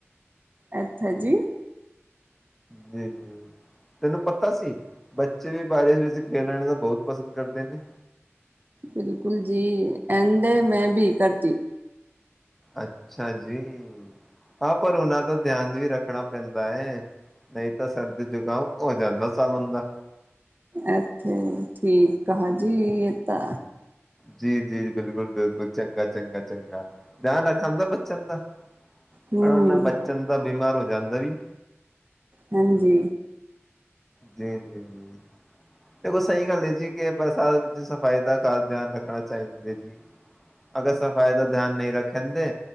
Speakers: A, on the right; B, in the centre.
A: ਅੱਛਾ ਜੀ।
B: ਜੀ ਜੀ। ਤੈਨੂੰ ਪਤਾ ਸੀ, ਬੱਚੇ ਵੀ ਬਾਰਸ਼ ਵਿੱਚ ਖੇਲਣ ਦਾ ਬੋਤ ਪਸੰਦ ਕਰਦੇ ਨੇ।
A: ਬਿਲਕੁਲ ਜੀ। ਐਂਡੇ ਮੈਂ ਬੀ ਕਰਤੀ।
B: ਅੱਛਾ ਜੀ। ਹਾਂ ਪਰ ਓਨਾਂ ਦਾ ਧਿਆਨ ਵੀ ਰੱਖਣਾ ਪੈਂਦਾ ਏ। ਨਈ ਤਾਂ ਸਰਦੀ ਜੁਕਾਮ ਹੋ ਜਾਂਦਾ ਸਾਲੁਨ ਦਾ।
A: ਐ ਤੇ ਠੀਕ ਕਹਾ ਜੀ, ਯੇਤਾ।
B: ਜੀ ਜੀ ਜੀ। ਬਿਲਕੁਲ ਬਿਲਕੁਲ ਚੰਗਾ ਚੰਗਾ ਚੰਗਾ ਧਿਆਨ ਰੱਖਨ ਦਾ ਬੱਚਨ ਦਾ।
A: ਹਮ
B: ਅ ਨ ਬੱਚਨ ਦਾ ਬਿਮਾਰ ਹੋ ਜਾਂਦਾ ਈ।
A: ਹਾਂਜੀ।
B: ਜੀ ਜੀ ਜੀ। ਤੇ ਬਸ ਐਈ ਗੱਲ ਏ ਜੀ ਕੇ ਬਰਸਾਤ ਵਿੱਚ ਸਫ਼ਾਈ ਦਾ ਖਾਸ ਧਿਆਨ ਰੱਖਣਾ ਚਾਈਦੈ ਜੀ। ਅਗਰ ਸਫ਼ਾਈ ਦਾ ਧੇਆਨ ਨੀ ਰੱਖੇਂਦੇ